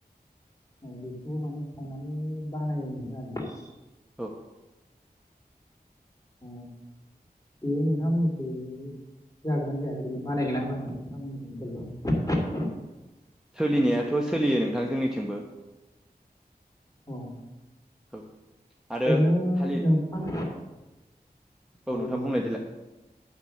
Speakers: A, on the left; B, in the centre.
A: औ बेखौबो माने सावनानै बानायोमोन आरो।
B: औ। <inaudible>
A: अ बेयो नोंथांमोननिखै जागोन ना जाया ओरैनो बानायगोन ना बानाया नोंथांमोननि ओनसोलखै
B: सोलिनायाथ' सोलियो नोंथां जोंनिथिंबो
A: औ।
B: औ। आरो
A: ओरैनो
B: थालिर
A: नोंथां
B: औ नोंथां
A: दे
B: बुंलाय
A: बुं
B: देलाय